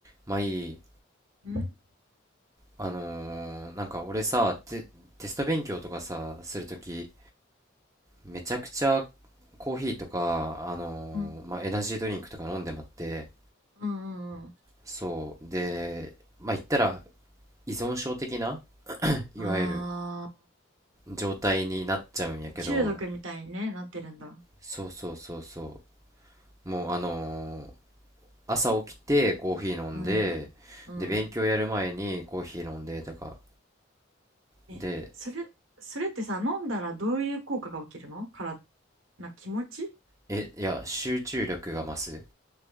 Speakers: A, on the right; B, on the right.
A: まあいい。
B: うん、
A: あのーなんか俺さ、テ、テスト勉強とかさ、するとき、めちゃくちゃコーヒーとか、あのーまあエナジードリンクとか飲んでまって、
B: うん、うん、うんうん。
A: そう。で、まあ言ったら依存症的な、いわゆる
B: あ
A: 状態になっちゃうんやけど、
B: あ、中毒みたいにね、なってるんだ。
A: そうそうそうそう。もうあのー朝起きてコーヒー飲んで、
B: うん、うん。
A: で、勉強やる前にコーヒー飲んでとか、
B: え、
A: で、
B: それ、それってさ、飲んだらどういう効果が起きるのから、な、気持ち
A: え、いや、集中力が増す。